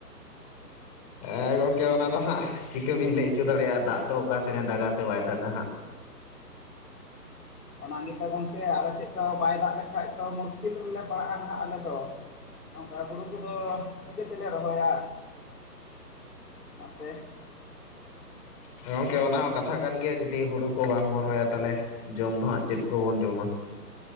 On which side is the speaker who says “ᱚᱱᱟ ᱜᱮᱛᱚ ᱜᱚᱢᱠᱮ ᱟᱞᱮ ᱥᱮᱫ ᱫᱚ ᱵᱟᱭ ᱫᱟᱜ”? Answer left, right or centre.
Left